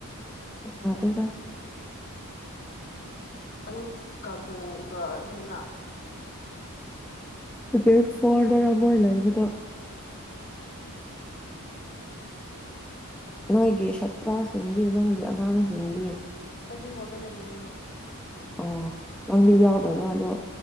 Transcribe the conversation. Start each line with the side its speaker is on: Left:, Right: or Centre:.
Centre: ꯖꯗꯦꯗ
Left: ꯑ ꯀꯕꯣꯒꯅꯤꯅ
Centre: ꯑ ꯐꯗꯔꯃꯂꯗ
Left: ꯎꯝ
Centre: ꯅꯣꯏꯒꯤ ꯁꯥꯇ꯭ꯔꯥꯁꯤꯡꯗꯤ ꯅꯪꯒꯤ ꯑꯉꯥꯡꯁꯤꯡꯗꯤ
Left: ꯇ ꯍꯗ ꯅꯌꯦ ꯃꯣꯟ
Centre: ꯑꯣ ꯅꯪꯗꯤ ꯌꯥꯎꯗꯕ꯭ꯔꯥ ꯑꯗꯣ